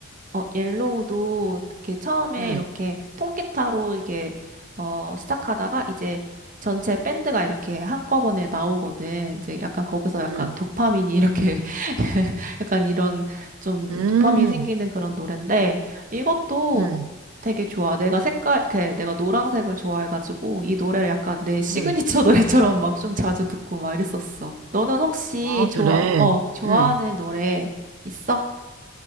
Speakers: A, on the right; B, on the right.
A: 어, 옐로우도 이렇게 처음에
B: 응.
A: 이렇게 통기타로 이게 어, 시작하다가 이제 전체 밴드가 이렇게 한꺼번에 나오거든. 이제 약간 거기서 약간
B: 응.
A: 도파민이 이렇게 <laughs> 약간 이런 좀
B: 음.
A: 도파민이 생기는 그런 노래인데 이것도
B: 응.
A: 되게 좋아. 내가 색깔, 이렇게 내가 노란색을 좋아해가지고 이 노래를 약간 내 시그니처
B: 응.
A: <laughs> 노래처럼 막 좀 자주 듣고 막 이랬었어. 너는 혹시
B: 아,
A: 좋아,
B: 그래.
A: 어, 좋아하는
B: 응.
A: 노래 있어?